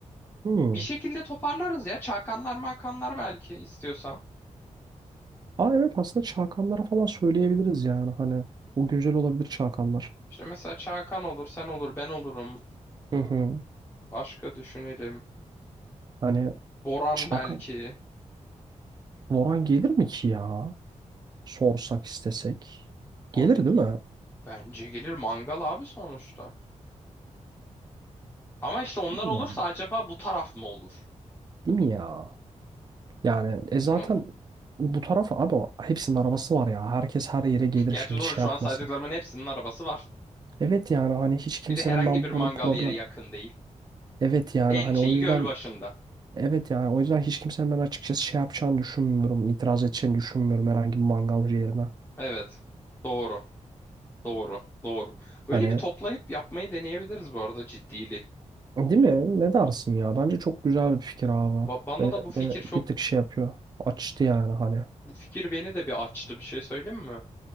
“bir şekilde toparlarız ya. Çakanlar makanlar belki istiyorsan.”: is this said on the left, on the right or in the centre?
Left